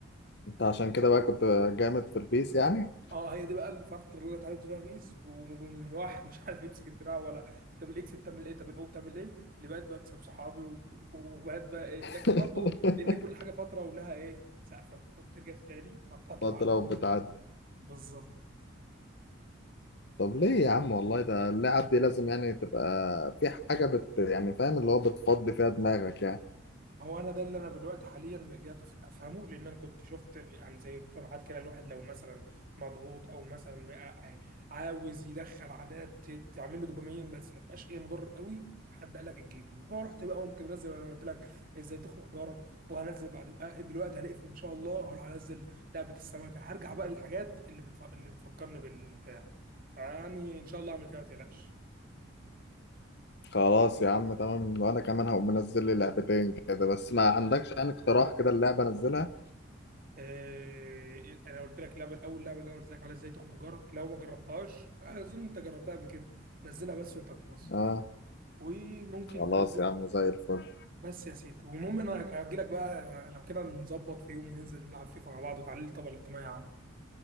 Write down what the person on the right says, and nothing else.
اه هي دي بقى الفتره اللي انا اتعلمت فيها بيس ومن واحد <laughs> مش عارف يمسك الدراع ولا طب الاكس بتعمل ايه طب الاو بتعمل ايه اللي بقيت بكسب صحابي و- وبقيت بقى إيه. لكن
برضو لان كل حاجه فتره ولها ايه سقفه قمت رجعت تاني بطلت
العبها
بالظبط
هو انا ده اللي انا دلوقتي حاليا رجعت أف- افهمه لان انا كنت شفت يعني زي اقتراحات كده الواحد لو مثلا مضغوط او مثلا م- آه، آه، عاوز يدخل عادات ت- تعمل له دوبامين بس ما تبقاش ايه مضر قوي حد قال لك الجيم فرحت بقى قمت منزل انا قلت لك ازاي تخنق جارك وهنزل بعد آه، دلوقتي هنقفل ان شاء الله هروح انزل لعبه السمكه هرجع بقى للحاجات اللي بتف... اللي بتفكرني بالبتاع يعني ان شاء الله اعمل كده ما تقلقش
آه، انا قلت لك اللعبه الاول لعبه اللي انا قلت لك عليها ازاي تخنق جارك لو ما جربتهاش آه، اظن انت جربتها قبل كده نزلها بس وانت بتبص
وممكن
تنزل
بس يا سيدي والمهم انا هجي لك بقى لو كده نظبط في يوم وننزل نلعب فيفا مع بعض وتعليل طبعا الاجتماعي يا عم